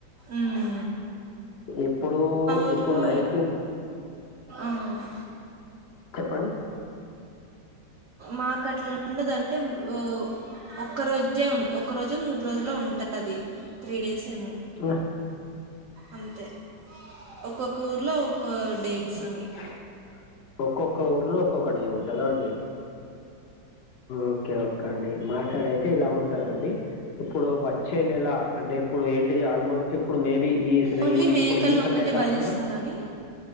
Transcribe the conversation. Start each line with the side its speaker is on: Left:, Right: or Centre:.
Right: ఉమ్మ్
Left: ఇప్పుడు
Right: ఊర్లో
Left: ఇప్పుడు నైన్టీన్
Right: ఆ,
Left: చెప్పండి
Right: మాకట్ల ఉండదు అంటే ఓ ఒక్క రోజే ఒక్క రోజో మూడు రోజుల్లో ఉంటది త్రీ డేస్ ఏమో
Left: నా
Right: అంతే ఒక్కొక్క ఊర్లో ఒక్క డేట్స్ ఉండయ్
Left: ఆ ఒక్కొక్క ఊర్లో ఒక్కొక్క డే ఉంటదాండి ఓకే ఓకే అండి మా సైడ్ అయితే ఇలా ఉంటదండి ఇప్పుడు వ చ్చే నెల అంటే ఇప్పుడు ఏంటిది ఆల్మోస్ట్ ఇప్పుడు మేబీ ఈ రి
Right: ఓన్లీ మేకలను
Left: ఇప్పుడు ఈ సండే
Right: ఒక్కటే
Left: కాకుండా
Right: బలిస్తారని